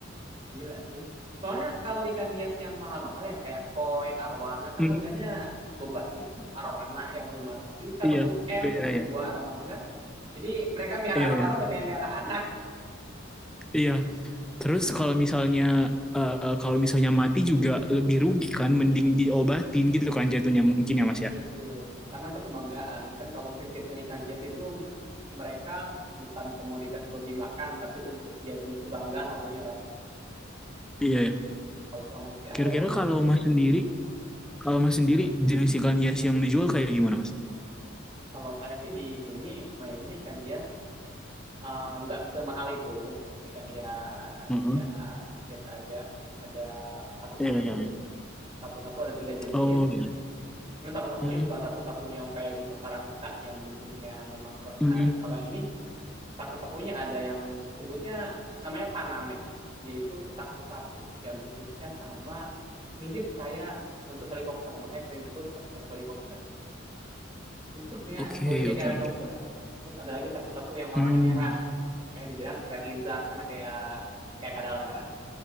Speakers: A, on the right; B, in the centre.
A: gila sih soalnya kalau ikan hias yang mahal-mahal ya kayak koi arwana kan
B: Hmm,
A: harganya bombastis tuh arwana yang lima ratus juta
B: iya.
A: satu m
B: Iya
A: satu
B: iya.
A: buah arwana tuh kan Jadi mereka miara
B: Iya
A: arwana
B: iya.
A: udah kayak miara anak.
B: Iya. Terus kalau misalnya eh, kalau misalnya mati juga lebih rugi kan mending diobatin gitu kan jatuhnya mungkin ya Mas
A: Nah
B: ya.
A: itu, karena itu kebanggaan. Kan kalau prinsipnya ikan hias itu mereka bukan komoditas buat dimakan, tapi untuk jadi kebanggaan salah satunya kan.
B: Iya ya.
A: Kalau selama masih
B: Kira-kira
A: ada, wah udah.
B: kalau Mas sendiri Kalau Mas sendiri jenis ikan hias yang dijual kayak gimana, Mas?
A: Kalau saya sih di sini mainnya ikan hias eh, nggak semahal itu. Ikan hias
B: mm
A: ya biasa aja. Ada sapu-sapu,
B: Iya, iya, iya.
A: sapu-sapu ada tiga jenis.
B: Oh ya.
A: Cuman sapu-sapunya
B: Hmm.
A: bukan sapu-sapu yang kayak di pasaran kita, yang bentuknya memang kurang
B: Hmm.
A: menarik. Kalau yang ini sapu-sapunya ada yang sebutnya namanya panamens. yaitu itu sapu-sapu yang bentuknya sama mirip kayak bentuk helikopter, makanya sering disebut sapu-sapu helikopter. Bentuknya
B: Oke,
A: bodinya
B: oke,
A: kayak helikopter.
B: oke.
A: Terus ada lagi sapu-sapu yang warnanya
B: Hmm.
A: merah, makanya dibilang red lizard karena kayak kayak kadal merah.